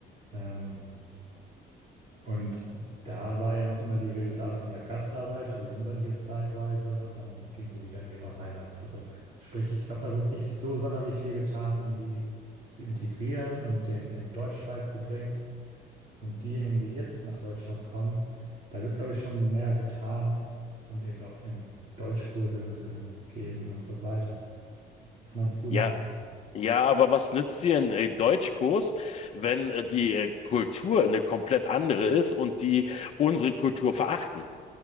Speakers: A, on the right; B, on the left.
A: Ähm, Und da war ja noch immer die Rede davon, ja, Gastarbeiter, die sind dann hier zeitweise und dann gehen sie wieder in ihre Heimat zurück. Sprich, ich glaube, da wurde nicht so sonderlich viel getan, um die zu integrieren und denen eben Deutsch beizubringen. Und diejenigen, die jetzt nach Deutschland kommen, da wird, glaube ich, schon mehr getan und eben auch eben Deutschkurse gegeben und so weiter. Was meinst du
B: Ja,
A: denn da?
B: Ja, aber was nützt dir ein äh, Deutschkurs, wenn äh, die äh, Kultur eine komplett andere ist und die unsere Kultur verachten?